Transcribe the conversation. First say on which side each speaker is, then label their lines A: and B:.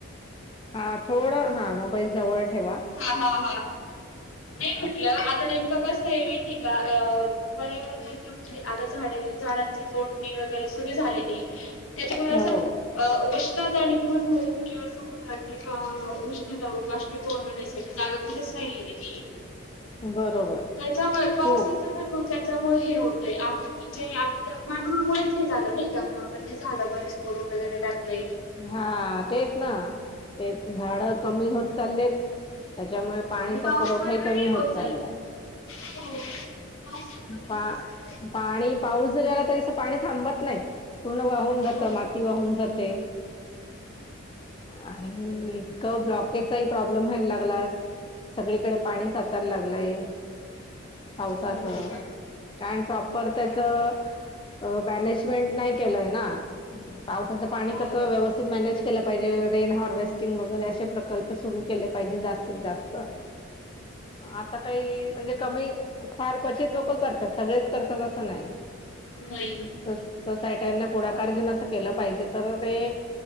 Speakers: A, on the left; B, on the left.
A: हा थोड हा मोबाईल जवळ ठेवा
B: हा हा हा हा
A: असं
B: नाही म्हटलं आता नेमकं कस आहे माहिती पयटण घयच म्हणजे आता झाडे झाडांची तोडणी वगैरे सगळी झालेली त्याच्यामुळे असं
A: हो
B: अ उष्णता निर्माण होऊ किंवा समुद्रात उष्णता बाष्ीभवन होण्यासाठी जागा कुठेच राहिली
A: बरोबर
B: त्याच्यामुळे पावसाच
A: खूप
B: तर ख त्यामुळे हे होतय आपण म्हणजे आप पानमुळेच नाही झालं नाही का आपण ते झाडं बरेच तोडून वगैरे टाकले
A: हा तेच ना तेच झाड कमी होत चाललेत त्याच्यामुळे पाणीचा
B: आणि पावसाळा
A: पुरवठाही
B: नाही
A: कमी होत चाललाय
B: चालला. हो पाऊस कमी
A: पा
B: होत चाललाय.
A: पाणी पाऊस झारला तरी पाणी थांबत नाही पूर्ण वाहून जात
B: हो
A: माती वाहून जाते आणि ब्लॉकेजचाही प्रॉब्लेम व्हायला लागला सगळीकडे पाणी साचायला लागलंय पावसाचं
B: भरपूर
A: कारण प्रॉपर
B: प्रमाणात
A: त्याच अ मॅनेजमेंट नाही केलंय ना पावसाचं पाणी
B: हो
A: कसं व्यवस्थित मॅनेज केलं पाहिजे रेन हार्वेस्टिंग वगैरे असे प्रकल्प सुरू केले पाहिजे जास्तीत जास्त आता काही म्हणजे कमी फार क्वचित लोक करतात सगळेच करतात असं नाही
B: नाही
A: स सोसायटीना पुढाकार घेऊन असं केलं पाहिजे तर ते